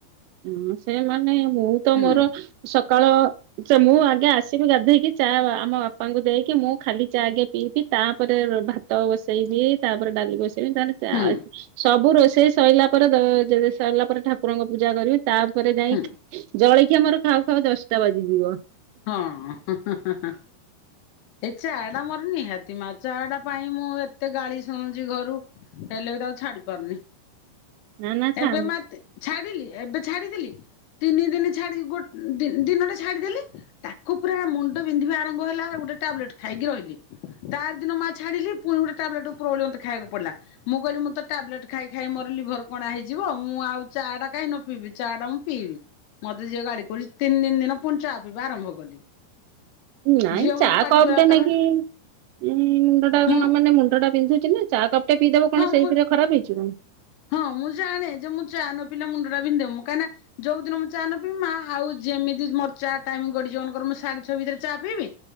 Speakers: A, on the right (about 80°); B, on the left (about 75°).
A: ହୁଁ ସେଇମାନେ ମୁଁ ତ
B: ହୁଁ
A: ମୋର ସକାଳ ସେ ମୁଁ ଆଗେ ଆସିବି ଗାଧେଇକି ଚା ଆମ ବାପାଙ୍କୁ ଦେଇକି ମୁଁ ଖାଲି ଚା ଆଗେ ପିଇକି ତାପରେ ଭାତ ବସେଇବି ତାପରେ ଡାଲି ବସେଇବି ତା ପରେ ଚା
B: ହୁଁ
A: ଅଚି - ସବୁ ରୋଷେଇ ସଇଲା ପରେ ସଇଲା ପରେ ଠାକୁରଙ୍କ ପୂଜା କରିବି ତାପରେ ଯାଇ-
B: ହୁଁ।
A: ଜଳଖିଆ ମୋର ଖାଉ ଖାଉ ଦଶଟା ବାଜିଯିବ -
B: ହଁ ହେଁ ହେଁ ହେଁ ଏ ଚା ଟା ମୋର ନିହାତି ମା, ଚା ଟା ପାଇଁ ମୁଁ ଏତେ ଗାଳି ଶୁଣୁଚି ଘରୁ ହେଲେ ବି ତାକୁ ଆଉ ଛାଡି ପାରୁନି
A: ନା ନା ଛାଡ
B: ଏବେ ମତେ ଛାଡିଲି ଏବେ ଛାଡିଥିଲି ତିନି ଦିନ ଛାଡି ଗୋଟେ- ଦିନଟା ଛାଡିଦେଲେ ତାକୁ ପୁରା ମୁଣ୍ଡ- ମୁଣ୍ଡ ପନ୍ଧିବା ଆରମ୍ଭ ହେଲା ଟାବଲେଟ୍ ଖାଇକି ରହିଲି ତା ଦିନ ମା ଛାଡିଲି ପୁଣି ଗୋଟେ ଟାବଲେଟ ଉପରଓଳି ମତେ ଖାଇବାକୁ ପଡ଼ିଲା - ମୁଁ କହିଲି ମୁଁ ତ ଟାବଲେଟ ଖାଇ ଖାଇ ମୋର ଲିଭର କଣା ହେଇଯିବ ମୁଁ ଆଉ ଚା ଟା କାଇଁ ନ ପିଇବି ଚା ଟା ଉଁ - ପିଇବି ମତେ ଯିଏ ଗାଡି କରୁଚି ତିନି ଦିନି ଯାକ ପୁଣି ଚା ପଇବା ଆରମ୍ଭ କଲି
A: ନାଇଁ
B: ଝିଅ
A: ଚା
B: ମତେ ପାଟି
A: କପଟେ
B: କରିବାକୁ କଲା
A: ନେଇକି ଇ ମୁଣ୍ଡ ଟା
B: ମୁଁ
A: ନ ମାନେ ମୁଣ୍ଡଟା ବିନ୍ଧୁଚି ନା - ଚାହା କପ ଟେ ପିଇଦବ କଣ
B: ହଁ
A: ସେଇଥିରେ
B: ମୁଁ
A: ଖରାପ ହେଇଯିବ
B: ହଁ ମୁଁ ଜାଣେ ଯେ ମୁଁ ଚା ନ ପିଲା ମୁଣ୍ଡା ବିନ୍ଧା ହେବ କାଇଁନା - ଯୋଉ ଦିନ ମୁଁ ଚା ନ ପିବି ମା ଆଉ ଯେମିତି ମୋ ଚା ଟାଇମ ଗଡିଯିବ ଅନ୍ କର ମୁଁ ସାଢେ ଛଅ ଭିତରେ ଚା ପିଇବି